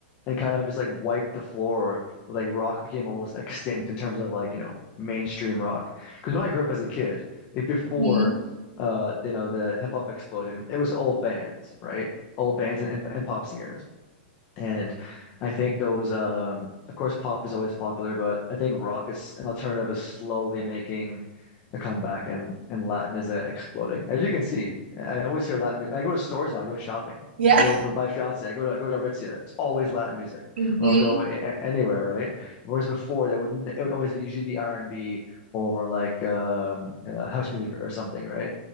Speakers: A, on the left; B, on the right.
A: and kind of just like wiped the floor with like rock became almost extinct in terms of like, you know, mainstream rock. Because when I grew up as a kid, like before
B: hmm
A: uh, you know, the hip hop explosion. It was all bands, right? All bands and, and pop singers. And I think those, um, of course, pop is always popular, but I think rock is an alternative is slowly making a comeback, and and Latin is uh, exploding. As you can see, I always hear Latin. mu- I go to stores now. I go shopping.
B: Yeah.
A: I go with my fiance. I go to I go to Aritzia. It's always Latin music,
B: <laughs> hmm
A: or I'll go a a- anywhere, right? Whereas before, that would it would always usually be R and B or like um, uh, house music or something, right?